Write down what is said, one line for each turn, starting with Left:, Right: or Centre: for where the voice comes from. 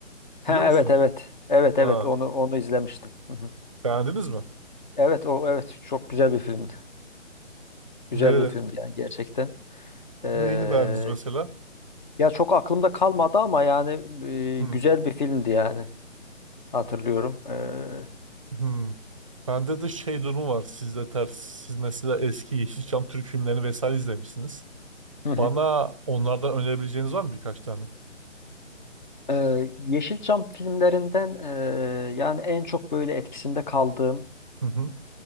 Left: Ha
Right: Biliyor musunuz?
Left: evet evet. Evet
Right: Ha,
Left: evet onu onu izlemiştim. Hı hı.
Right: beğendiniz mi?
Left: Evet o evet çok güzel bir filmdi. Güzel
Right: Nerede?
Left: bir filmdi yani gerçekten. Eee,
Right: Neyini beğendiniz mesela?
Left: ya çok aklımda kalmadı ama yani eee,
Right: Hı.
Left: güzel bir filmdi yani hatırlıyorum. Eee,
Right: Hı. Bende de şey durumu var. Sizde ters. Siz mesela eski Yeşilçam Türk filmlerini vesaire izlemişsiniz.
Left: hı hı.
Right: Bana onlardan önerebileceğiniz var mı birkaç tane?
Left: Eee, Yeşilçam filmlerinden eee, yani en çok böyle etkisinde kaldığım
Right: Hı hı.